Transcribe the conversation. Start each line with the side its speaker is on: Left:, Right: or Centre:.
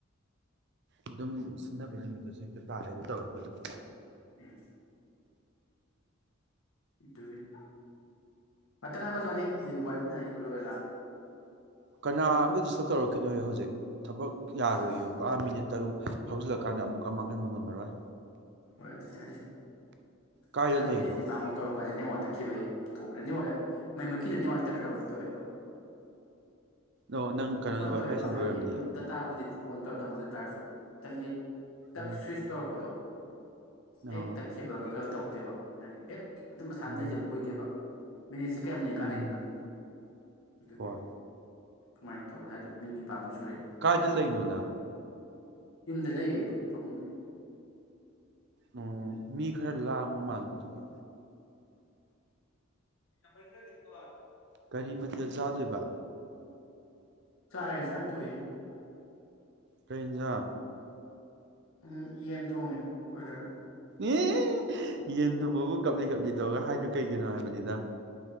Right: ꯑꯗꯨꯝ ꯁꯤꯟꯅꯕ ꯅꯨꯃꯤꯠꯇꯨꯁꯨ ꯍꯦꯛꯇ ꯇꯥꯔꯦꯗ ꯇꯧꯋꯕ ꯑꯗꯨꯝ
Left: ꯎꯝ ꯒꯤꯅꯤ ꯃꯇꯪ ꯉꯥꯛꯀꯁꯨ ꯋꯥꯅꯤ ꯑꯩ ꯋꯥ ꯁꯥꯟꯅ ꯑꯗꯨ ꯂꯣꯏꯔ ꯂꯥꯛꯑꯒꯦ
Right: ꯀꯅꯥꯝꯇ ꯗꯤꯁꯇꯔꯕ ꯇꯧꯔꯛꯈꯤꯅꯣ ꯍꯧꯖꯤꯛ ꯊꯕꯛ ꯌꯥꯔꯣꯏꯨ
Left: ꯍꯣꯏ
Right: ꯄꯨꯥ ꯃꯤꯅꯤꯠ ꯇꯔꯨꯛ ꯍꯧꯖꯤꯜꯂꯛꯀꯥꯟꯗ ꯑꯃꯨꯛꯀ ꯑꯃ ꯈꯟꯕ ꯉꯝꯃꯔꯣꯏ
Left: ꯍ ꯑꯗꯨ ꯅꯏꯁ
Right: ꯀꯥꯏꯗ
Left: ꯑꯆꯥ ꯑꯗꯨꯃꯤꯅꯤꯄꯥꯛꯇ
Right: ꯂꯩꯔꯤꯅꯣ
Left: ꯀꯅꯦꯋꯥ ꯇꯛꯈꯤꯕꯒꯤ ꯇꯣꯛꯈ꯭ꯔꯅꯤꯉ ꯃꯩ ꯃꯨꯀꯤꯗꯅꯦ ꯋꯥꯏ ꯇꯛꯈ꯭ꯔꯕꯅ ꯇꯣꯛꯑꯦ ꯑꯗꯨꯝ
Right: ꯑꯣ ꯅꯪ
Left: ꯀꯩꯅꯣ
Right: ꯋꯥꯏ
Left: ꯇꯧꯋꯦꯕ
Right: ꯐꯥꯏ ꯁꯝꯕ
Left: ꯍꯥꯏꯗꯤ
Right: ꯑꯣꯏꯔꯝꯅꯤꯌꯦ
Left: ꯑꯗꯨꯝ ꯗꯇꯥꯕꯨꯗꯤ ꯐꯣꯟ ꯇꯧꯔꯒ ꯊꯝ ꯑꯗꯨ ꯑꯣꯏꯇꯥꯥꯔꯁꯨ ꯈꯤꯇꯪꯒꯤ ꯇꯛ
Right: ꯎꯝ
Left: ꯁ꯭ꯋꯤꯁ ꯇꯧꯔꯛꯄꯗꯣ
Right: ꯑꯣ
Left: ꯑꯦ ꯇꯛꯀꯤꯕꯕ ꯀꯩꯅꯣ ꯇꯧ ꯕ ꯍꯥꯏ ꯑꯦ ꯑꯗꯨꯝ ꯃꯁꯥꯅ
Right: ꯎꯝ
Left: ꯂꯩꯖꯕ ꯑꯣꯏꯗꯦꯕ ꯃꯤꯅꯤꯠꯁꯦ ꯀꯌꯥꯃ ꯀꯥꯟꯅꯩꯗꯅ
Right: ꯎꯝ
Left: ꯑꯗꯨꯒꯤ
Right: ꯍꯣꯏ
Left: ꯀꯃꯥꯏꯅ ꯇꯧꯔ ꯍꯥꯏꯗꯣ ꯃꯤꯅꯤ ꯄꯄꯥꯃꯨꯁꯨ
Right: ꯀꯥꯏꯗ ꯂꯩꯅꯣ ꯅ
Left: ꯌꯨꯝꯗ ꯂꯩꯌꯦꯕ ꯐꯃꯨꯡꯅꯦ
Right: ꯑꯣ ꯃꯤ ꯈꯔ ꯂꯥꯡꯕ ꯃꯥꯟꯕ ꯑꯗꯨꯒꯤ
Left: ꯅꯤꯡꯀ
Right: ꯀꯔꯤ ꯃꯊꯦꯜ ꯆꯥꯗꯣꯏꯕ
Left: ꯆꯥꯏꯦ ꯆꯥꯟ ꯇꯨꯌꯦ
Right: ꯀꯦꯟꯖꯥ
Left: ꯎꯝ ꯌꯦꯟ ꯊꯣꯡꯉꯦ ꯀꯣꯏꯂ
Right: ꯎꯝ ꯌꯦꯟ ꯅꯪꯕꯕꯨ ꯀꯞꯂꯤ ꯀꯞꯂꯤ ꯇꯧꯔꯒ ꯍꯥꯏꯗꯨ ꯀꯩꯒꯤꯅꯣ ꯍꯥꯏꯕꯅꯤꯗ